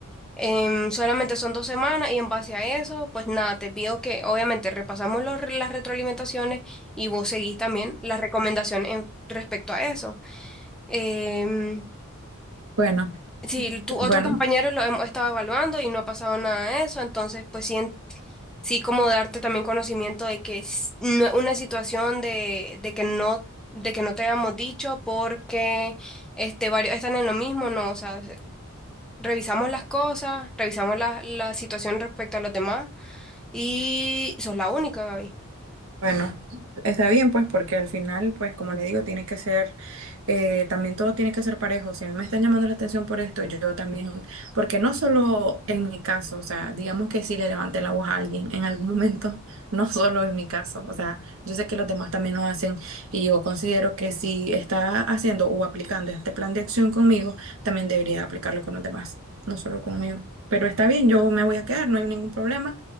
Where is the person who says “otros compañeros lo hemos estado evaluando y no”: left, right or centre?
Centre